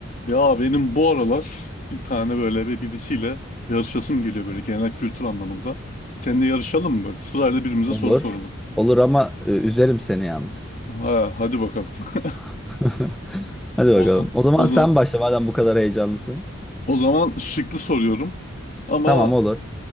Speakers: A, on the left (about 40°); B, in the centre.
A: Ya benim bu aralar bir tane böyle bir birisiyle yarışasım geliyor böyle genel kültür anlamında. Seninle yarışalım mı böyle? Sırayla birbirimize
B: Olur.
A: soru soralım.
B: Olur ama e, üzerim seni yalnız.
A: Ha, hadi bakalım. <laughs>
B: <laughs> Hadi
A: O
B: bakalım.
A: zaman,
B: O zaman
A: o
B: sen
A: zaman,
B: başla madem bu kadar heyecanlısın.
A: o zaman şıklı soruyorum. Ama
B: Tamam olur.